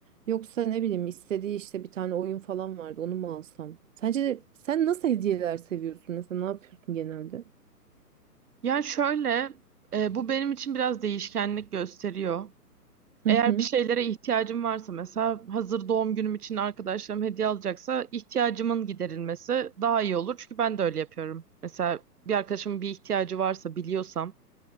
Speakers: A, on the right; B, on the right.
A: Yoksa ne bileyim istediği işte bir tane oyun falan vardı onu mu alsam? Sence sen nasıl hediyeler seviyorsun? Mesela ne yapıyorsun genelde?
B: Yani şöyle, e, bu benim için biraz değişkenlik gösteriyor.
A: Hı
B: Eğer
A: hı,
B: bir şeylere ihtiyacım varsa mesela hazır doğum günüm için arkadaşlarım hediye alacaksa ihtiyacımın giderilmesi daha iyi olur. Çünkü ben de öyle yapıyorum. Mesela bir arkadaşımın bir ihtiyacı varsa biliyorsam